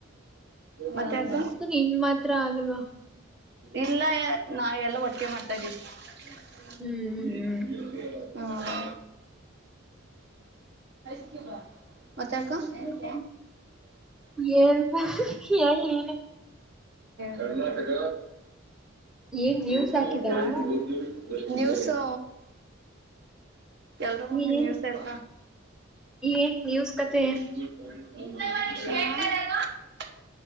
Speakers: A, on the right (about 55°); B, in the centre.
A: ಮತ್ತೆ ಅಕ್ಕ.
B: ನಿನ್ ಮಾತ್ರ ಆಗಿಲ್ವಾ
A: ಇಲ್ಲ ನಾವ ಎಲ್ಲ ಒಟ್ಟಿಗೆೆ ಮಾಡ್ತಾ ಇದೀವಿ. ಈ
B: ಹ್ಮ್
A: ನೀ <inaudible> ಹಾ <unintelligible> ಮತ್ತಾಕ್ಕ.
B: ಹ್ಮ್ ಹ್ಮ್
A: <unintelligible>
B: ಹೇಳ್ಬೇಕು ಹೇಳ್ ನೀನೆ
A: ಕರ್ನಾಟಕ
B: ಏನ್
A: <unintelligible>
B: ನ್ಯೂಸ್ ಹಾಕಿದಾರಾ
A: ನಿವ್ಸ್ ತೋ ಎಲ್ರೂ ಮನೆಲು
B: ಏನ್
A: ನ್ಯೂಸ್ ಎಲ್ಲ.
B: ಏನ್ ನ್ಯೂಸ್
A: <unintelligible>
B: ಕತೆ